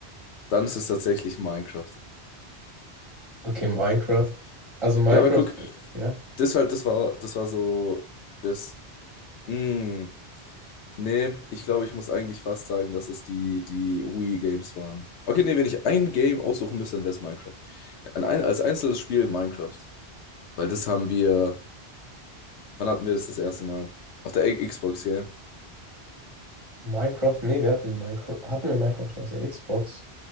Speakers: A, on the left; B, on the right.
A: Dann ist es tatsächlich Minecraft.
B: Okay, Minecraft. Also Minecraft,
A: Ja, aber guck,
B: äh, ja.
A: das halt, das war, das war so, das, mm, nee, ich glaube, ich muss eigentlich fast sagen, dass es die, die Wii-Games waren. Okay, nee, wenn ich ein Game aussuchen müsste, dann wäre es Minecraft. An ein, als einzelnes Spiel Minecraft. Weil das haben wir, Wann hatten wir das das erste Mal? Auf der X- Xbox hier.
B: Minecraft, nee, wir hatten Minecraft, hatten wir Minecraft auf der Xbox?